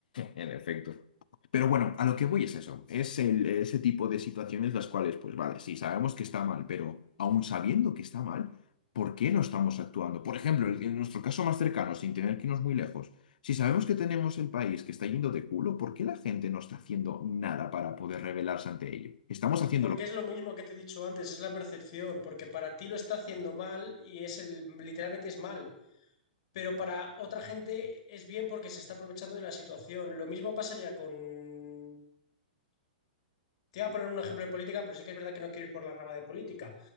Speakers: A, on the left; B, on the left.
A: En efecto. Pero bueno, a lo que voy es eso, es el- ese tipo de situaciones las cuales, pues vale, sí, sabemos que está mal, pero aún sabiendo que está mal, ¿por qué no estamos actuando? Por ejemplo, el- en nuestro caso más cercano, sin tener que irnos muy lejos, si sabemos que tenemos el país que está yendo de culo, ¿por qué la gente no está haciendo nada para poder rebelarse ante ello? Estamos haciéndolo.
B: Porque es lo mismo que te he dicho antes, es la percepción, porque para ti lo está haciendo mal y es el, literalmente es mal, pero para otra gente es bien porque se está aprovechando de la situación. Lo mismo pasaría con... Te iba a poner un ejemplo de política, pero sí que es verdad que no quiero ir por la rama de política.